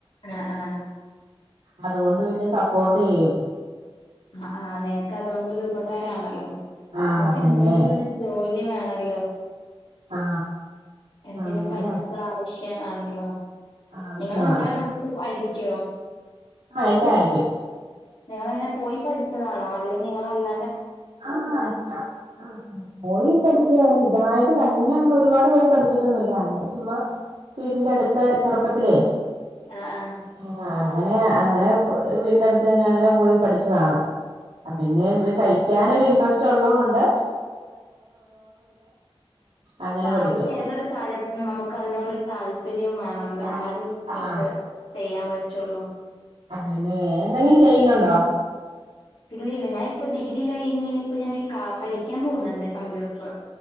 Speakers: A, on the left; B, on the right.
A: ആഹ് ആഹ്
B: അതുകൊണ്ട് പിന്നെ സപ്പോർട്ട് ചെയ്യും.
A: ആഹ് ആഹ് നിനക്ക് അതു കൊണ്ടൊരു ഉപകാരണ
B: ആ
A: മക്ക്
B: അതന്നെ
A: എന്തോണ്ട് വ്ടെര് ജോ ഇനി വേണല്ലോ
B: ആ
A: എന്തിനും
B: അങ്ങനെ
A: പൈസ ആവശ്യ <unintelligible>
B: ആവശ്യമാണ്
A: നിങ്ങള് എല്ലാ ഡ്രെസ്സും അടി ക്ക്യോ
B: ആഹ് എല്ലാ അടിക്കും.
A: നിങ്ങളെങ്ങനെ പോയി പഠിച്ചതാണോ ല്ല നിങ്ങളല്ല
B: ആഹ് അല്ല ആ പോയി പഠിച്ചു അന് ഇതായിട്ട് തന്നെ അങ്ങനെ ഒരുപാട് പോയി പഠിച്ചിട്ടൊന്നുല്ല അങ്ങനെ ചുമ്മാ വീടിന്റെ അടുത്ത് ചെറുപ്പത്തിലേ
A: ആഹ് ആഹ്
B: ആഹ് അങ്ങനെ അങ്ങനെ വീടിന്റെ അടുത്ത് ഇങ്ങനെ അങ്ങനെ പോയി പഠിച്ചതാണ്. അ പിന്നെ വിതൈ ഇൻട്രസ്റ്റ് ഉള്ളതൊണ്ട് അങ്ങനെ
A: ആ
B: പഠിച്ചു
A: നമുക്ക് ഏതൊരു കാര്യത്തിനും നമുക്ക് അതിനോടൊരു താല്പര്യം വേ ല്ല
B: ആഹ്
A: എന്നാലുംമ്മക്ക് ചെയ്യാൻ പറ്റുള്ളൂ.
B: അതന്നെ എന്തെങ്കിലും ചെയ്യണണ്ടോ?
A: ഇല്ല ഇല്ല ഞാ ഇപ്പോ ഡിഗ്രി കഴിഞ്ഞ് ഇനിപ്പോ ഞാൻ പഠിക്കാൻ പോകുന്നുണ്ട് കമ്പ്യൂട്ടറ്.